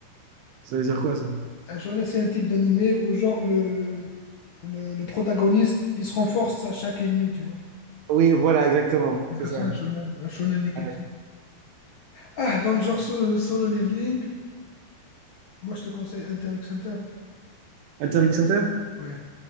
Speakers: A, on the right; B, on the left.
A: Ça veut dire quoi, ça?
B: Un shonen, c'est un type d'animé où genre le, le, le protagoniste, il se renforce à chaque ennemi, tu vois.
A: Oui, voilà, exactement.
B: On appelle
A: C'est ça.
B: ça un shonen, un shonen Neketsu.
A: Ouais.
B: Ah, dans le genre so- solo leveling, moi je te conseille Hunter x Hunter.
A: Inter X Center?
B: Ouais.